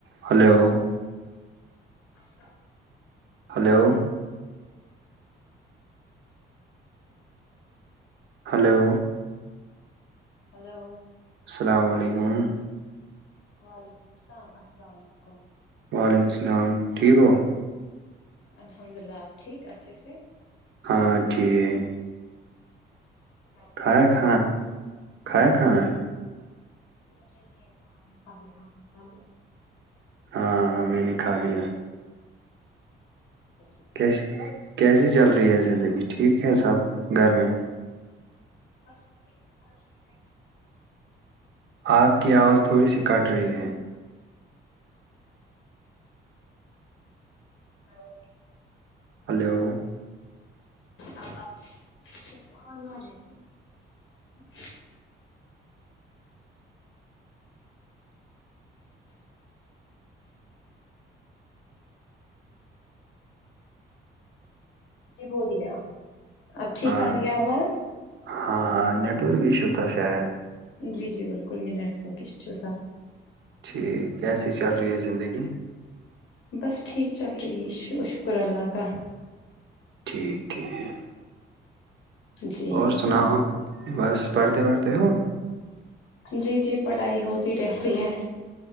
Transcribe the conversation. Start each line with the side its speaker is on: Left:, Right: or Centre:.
Right: hello
Left: <unintelligible>
Right: hello hello
Left: hello
Right: السلام علیکم
Left: وعلیکم السلام السلام علیکم
Right: وعلیکم السلام ٹھیک ہو
Left: الحمد للہ آپ ٹھیک اچھے سے
Right: ہاں ٹھیک
Left: گھر پر
Right: کھایا
Left: سبھی ٹھیک
Right: کھانا کھایا کھانا
Left: ج جی جی میں نےا لیا آپ نےکھا لیا <unintelligible>
Right: ہاں میں نے کھا لیا
Left: جی <inaudible>
Right: کیسے کیسے چل رہی ہے زندگی ٹھیک ہے سب گھر میں
Left: بس <inaudible> <inaudible>
Right: اپ کی آواز تھوڑی سی کاٹ رہی ہے
Left: <unintelligible> ا
Right: ہلو
Left: آ رہے <inaudible> جی بولیے آپ اب ٹھیک
Right: ہاں
Left: آ رہی ہے آواز
Right: ہاں ہاں نیٹورک ایشو تو ش ہے <unintelligible>
Left: جی جی بالکل یہ نیٹورک ایشو تھا
Right: ٹھیک کیسی چل رہی ہے زندگی
Left: بس ٹھیک چل رہی ہے شکر اللہ کا
Right: ٹھیک ہے <inaudible>
Left: جی
Right: اور سناؤ بس پڑھتے پڑھتے ہو
Left: جی جی پڑھائی ہوتی رہتی ہے